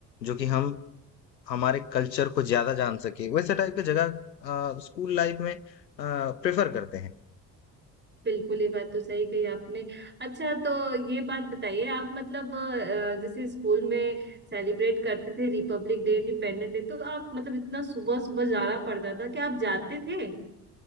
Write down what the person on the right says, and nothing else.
बिल्कुल ये बात तो सही कही आपने अच्छा तो ये बात बताइए आप मतलब अ, जैसे स्कूल में सेलिब्रेट करते थे रिपब्लिक डे इंडिपेंडेंस डे तो आप मतलब इतना सुबह सुबह जाना पड़ता था कि आप जाते थे